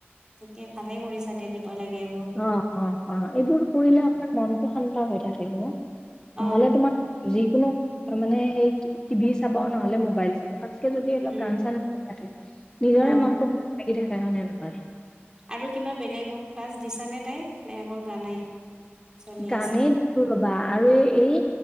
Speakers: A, on the right; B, on the left.
A: থিকে ভালে কৰিছা দিয়া দিব লাগে এইবোৰ,
B: অ অ অ এইবোৰ কৰিলে আপোনাৰ মনটো শান্ত হৈ থাকে অ'।
A: অ',
B: ন'হলে তোমাৰ যিকোনো মানে সেই টিভি চাব ন'হলে মোবাইল চাব। তাতকে যদি অলপ
A: উম।
B: গান চান কৰি থাকে নিজৰে
A: অ
B: মনটো ভাল লাগি থাকে হয়নে নহয়।
A: আৰু কিবা বেলেগ ক্লাছ দিছানে তাইক নে অকল গানেই? চলি
B: গানেই
A: আছে
B: দিছো ৰবা আৰু এই এই